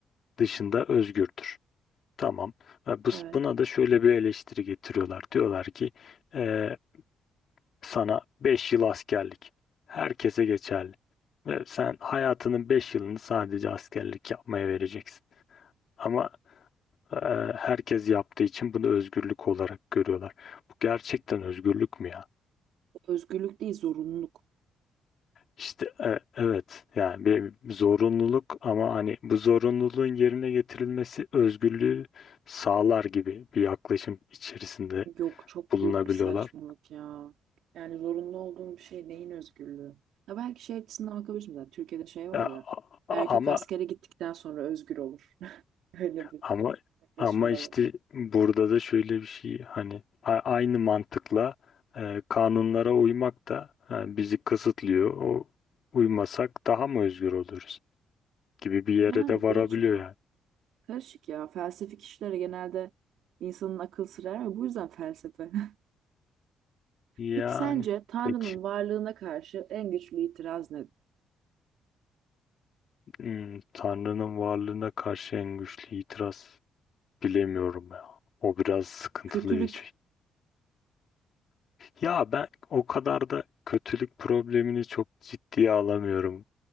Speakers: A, on the left; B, on the right.
A: dışında özgürdür. Tamam. Ve bu-
B: Evet.
A: buna da şöyle bir eleştiri getiriyorlar. Diyorlar ki e, sana 5 yıl askerlik. Herkese geçerli. Ve sen hayatının 5 yılını sadece askerlik yapmaya vereceksin. Ama e, herkes yaptığı için bunu özgürlük olarak görüyorlar. Bu gerçekten özgürlük mü ya?
B: Özgürlük değil, zorunluluk.
A: İşte e, evet yani bir zorunluluk ama hani bu zorunluluğun yerine getirilmesi özgürlüğü sağlar gibi bir yaklaşım içerisinde
B: Yok çok
A: bulunabiliyorlar.
B: büyük bir saçmalık ya. Yani zorunlu olduğun bir şey neyin özgürlüğü? Ya belki şey açısından bakabilirsin zaten. Türkiye'de şey var
A: Ya,
B: ya.
A: a-
B: Erkek
A: ama
B: askere gittikten sonra özgür olur. <laughs> Öyle bir
A: Ama
B: yaklaşım
A: ama
B: da
A: işte
B: var.
A: burada da şöyle bir şey hani a- aynı mantıkla e, kanunlara uymak da e, bizi kısıtlıyor. O uymasak daha mı özgür oluruz gibi bir yere
B: Yani
A: de varabiliyor
B: bir açıdan.
A: yani.
B: Karışık ya. Felsefik işlere genelde insanın akıl sırar ve bu yüzden felsefe. <laughs>
A: Yani
B: Peki sence Tanrı'nın
A: peki
B: varlığına karşı en güçlü itiraz nedir?
A: hmm, Tanrı'nın varlığına karşı en güçlü itiraz bilemiyorum ya. O biraz sıkıntılı
B: Kötülük
A: bir şey. Ya ben o kadar da kötülük problemini çok ciddiye alamıyorum.